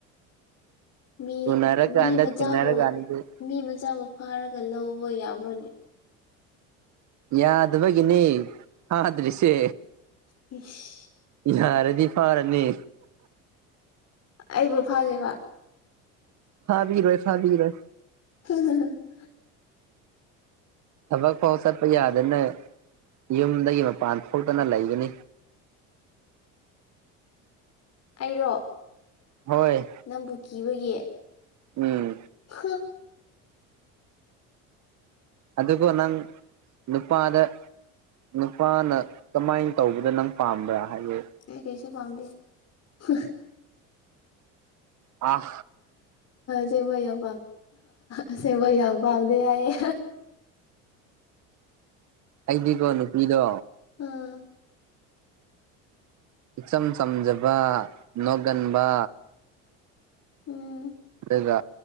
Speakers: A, on the left; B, on the right.
A: ꯃꯤ
B: ꯎꯅꯔꯀꯥꯟꯗ
A: ꯃꯤ ꯃꯆꯥꯕꯨ
B: ꯊꯦꯡꯅꯔꯀꯥꯟꯗꯗꯤ
A: ꯃꯤ ꯃꯆꯥꯕꯨ ꯐꯥꯔꯒ ꯂꯧꯕ ꯌꯥꯕ꯭ꯔꯣꯅꯦ꯫
B: ꯌꯥꯗꯕꯒꯤꯅꯤ ꯐꯥꯗꯔꯤꯁꯦ꯫
A: ꯏꯁ꯫
B: ꯌꯥꯔꯗꯤ ꯐꯥꯔꯅꯤ꯫
A: ꯑꯩꯕꯨ ꯐꯗꯣꯏꯕ꯫
B: ꯐꯕꯤꯔꯣꯏ ꯐꯕꯤꯔꯣꯏ꯫
A: <unintelligible>
B: ꯊꯕꯛ ꯐꯥꯎ ꯆꯠꯄ ꯌꯥꯗꯅ ꯌꯨꯝꯗꯒꯤ ꯃꯄꯥꯟ ꯊꯣꯛꯇꯅ ꯂꯩꯒꯅꯤ꯫
A: ꯑꯩꯔꯣ꯫
B: ꯍꯣꯏ꯫
A: ꯅꯪꯕꯨ ꯀꯤꯕꯒꯤ꯫
B: ꯎꯝ꯫
A: <unintelligible>
B: ꯑꯗꯨꯒꯣ ꯅꯪ ꯅꯨꯄꯥꯗ ꯅꯨꯄꯥꯅ ꯀꯃꯥꯏꯅ ꯇꯧꯕꯗ ꯅꯪ ꯄꯥꯝꯕ꯭ꯔꯥ ꯍꯥꯏꯗꯤ꯫
A: ꯑꯩ ꯀꯩꯁꯨ ꯄꯥꯝꯗꯦ <unintelligible>
B: ꯑ꯫
A: ꯁꯦꯕ ꯌꯥꯝ ꯑꯁꯦꯡꯕꯩ ꯌꯥꯝ ꯄꯥꯝꯗꯦ ꯍꯥꯏꯌꯦ꯫
B: ꯑꯩꯗꯤꯀꯣ ꯅꯨꯄꯤꯗꯣ
A: ꯑꯥ
B: ꯏꯆꯝ ꯆꯝꯖꯕ ꯅꯣꯛꯒꯟꯕ꯫
A: ꯎꯝ꯫
B: ꯑꯗꯨꯒ